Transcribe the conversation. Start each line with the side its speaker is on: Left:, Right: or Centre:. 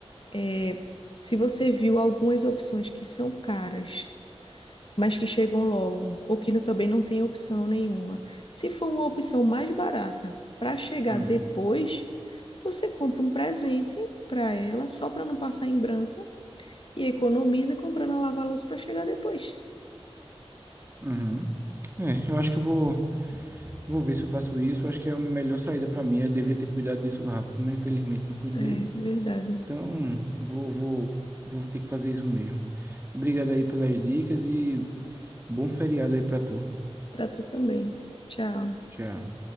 Left: é, se você viu algumas opções que são caras, mas que chegam logo, ou que não- também não tem opção nenhuma, se for uma opção mais barata para chegar
Right: Hum,
Left: depois, você compra um presente para ela, só para não passar em branco, e economiza comprando a lava-louça para chegar depois.
Right: uhum. É, eu acho que eu vou, vou ver se eu faço isso. Eu acho que é a melhor saída para mim. Eu devia ter cuidado disso rápido, mas infelizmente não cuidei.
Left: É verdade.
Right: Então, vou, vou, vou ter que fazer isso mesmo. Obrigado aí pelas dicas e bom feriado aí para tu.
Left: Para tu também. Tchau.
Right: Tchau.